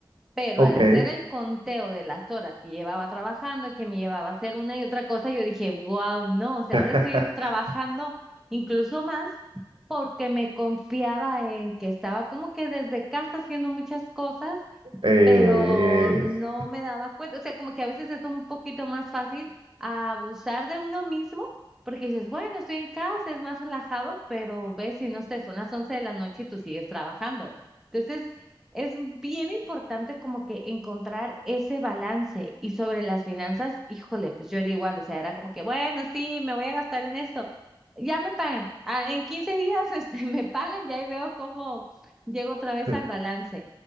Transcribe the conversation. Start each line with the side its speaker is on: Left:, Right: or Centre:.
Centre: Pero
Right: Ok.
Centre: al hacer el conteo de las horas que llevaba trabajando, y que me llevaba a hacer una y otra cosa, yo dije, wow, no, o sea,
Right: <laughs>
Centre: ahora estoy trabajando incluso más porque me confiaba en que estaba como que desde casa haciendo muchas cosas
Right: Eh,
Centre: pero no
Right: es-
Centre: me daba cuenta, o sea, como que a veces es un poquito más fácil abusar de uno mismo, porque dices, bueno, estoy en casa, es más relajado, pero ves si no sé, son las 11 de la noche y tú sigues trabajando. Entonces, es bien importante como que encontrar ese balance. Y sobre las finanzas, híjole, pues yo era igual, o sea, era como que, bueno, sí, me voy a gastar en esto. Ya me pagan. Ah, en 15 días, este, <laughs> me pagan, ya ahí veo cómo llego otra vez
Right: <laughs>
Centre: al balance.